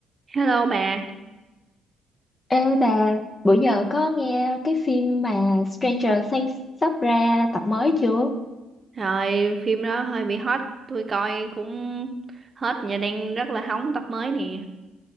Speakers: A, on the right; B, on the left.
A: Hello bà,
B: Ê bà, bữa giờ có nghe cái phim mà Stranger Things sắp ra tập mới chưa?
A: rồi phim đó hơi bị hot, tôi coi cũng hết và đang rất là hóng tập mới nè.